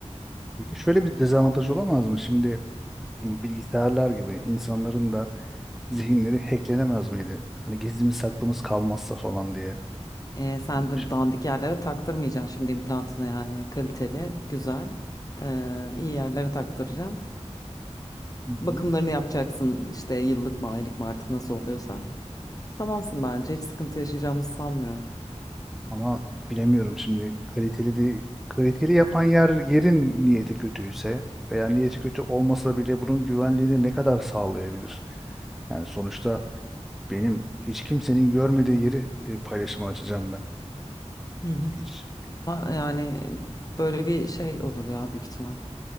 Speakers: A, in the centre; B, on the left (about 30°).
A: Peki şöyle bir dezavantaj olamaz mı? Şimdi bilgisayarlar gibi insanların da zihinleri hacklenemez miydi? Hani gizlimiz saklımız kalmazsa falan diye.
B: E, sen
A: Böyle
B: de
A: bir şey.
B: dandik yerlere taktırmayacaksın şimdi implantını yani kaliteli, güzel, e, iyi yerlere taktıracaksın.
A: Hı hı.
B: Bakımlarını yapacaksın işte yıllık mı aylık mı artık nasıl oluyorsa. Tamamsın bence hiç sıkıntı yaşayacağımızı sanmıyorum.
A: Ama bilemiyorum şimdi kaliteli de kaliteli yapan yer yerin niyeti kötüyse veya niyeti kötü olmasa bile bunun güvenliğini ne kadar sağlayabilir? Yani sonuçta benim hiç kimsenin görmediği yeri e, paylaşıma açacağım ben.
B: Hı hı.
A: Hiç
B: Ama yani böyle bir şey olur ya büyük ihtimal.